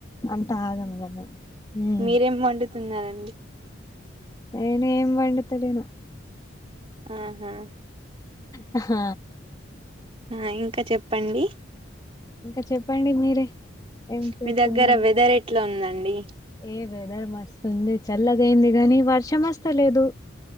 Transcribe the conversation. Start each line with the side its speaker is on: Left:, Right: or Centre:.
Left: అంత ఆగంగా మ్మ్
Right: మీరేం వండుతున్నారండి
Left: నేన్ ఎం వండతలేను
Right: ఆహా
Left: హ
Right: ఆ ఇంకా చెప్పండి
Left: ఇంకా చెప్పండి మీరే ఏం చేస్తున్నారు
Right: మీ దగ్గర వెదర్ ఎట్లా ఉందండి?
Left: ఏ వెదర్ మస్తుంది చల్లగా అయింది గాని వర్షం వస్తలేదు